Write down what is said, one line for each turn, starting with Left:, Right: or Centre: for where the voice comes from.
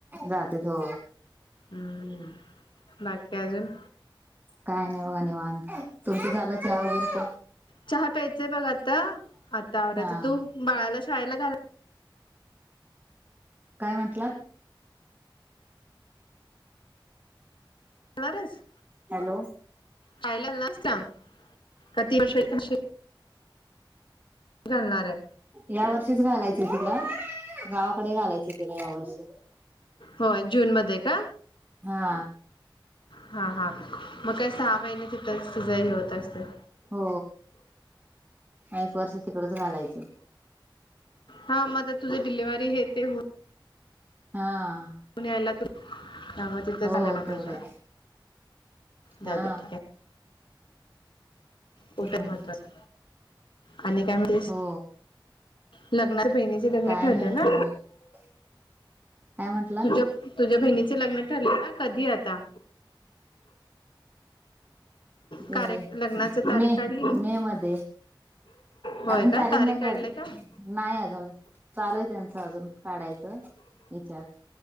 Right: जात्यात हो.
Left: हम्म बाकी काय अजून?
Right: काय नाही बघा निवांत, तुमचं झालं? चहा वगैरे पण
Left: चहा प्यायचंय बघ आता, आता आवरायचं,
Right: हा
Left: तो बाळाला शाळेला घाल
Right: काय म्हटलांत?
Left: कलरस?
Right: हॅलो.
Left: पाहिला नसत्याव, का तीनशे तीनशे घालणांर ये.
Right: या वर्षीच घालायचंय तिला, गावाकडे घालायचं तिला या वर्षी.
Left: होय जून मध्ये का?
Right: हा.
Left: हा, हा, मग काय सहा महिने तिथंच, तुझं हे होत असतंय.
Right: हो, एक वर्ष तिकडच घालायचं.
Left: हं मं ते तुझं डिलिव्हरी हेे ते हो
Right: हा.
Left: न्यायला तं त्यामुळे तिथं
Right: हो
Left: घालायला
Right: तेवढंच
Left: पाहिजे, जाऊ
Right: हा
Left: दे ठीक आहे. कुटार
Right: हा
Left: महत्त्वाचं. आणि काय म्हणलीस?
Right: हो
Left: लग्नात बहिणीचं लग्न
Right: काय
Left: ठरलं
Right: नाही
Left: ना.
Right: <inaudible> काय म्हंटलात
Left: तुझ्या तुझ्या बहिणीच लग्न ठरलं ना, कधी आता?
Right: ते
Left: कार्य लग्नाच तारीख
Right: मे,
Left: काढली
Right: मे मध्ये.
Left: होय
Right: अजून
Left: का
Right: तारीख नाही काढली?
Left: काढले का
Right: नाही अजून, चालूय त्यांचं अजून काढायचं. इचार